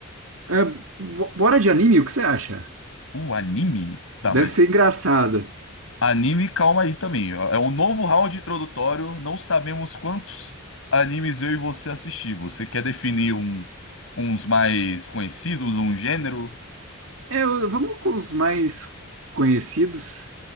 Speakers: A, on the right; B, on the left.
A: É, bo- bora de anime, o que você acha?
B: O anime? Tá,
A: Deve
B: mas
A: ser engraçado.
B: Anime, calma aí também. É um novo round introdutório. Não sabemos quantos animes eu e você assistimos. Você quer definir um, uns mais conhecidos, um gênero?
A: É, eu- vamos com os mais conhecidos,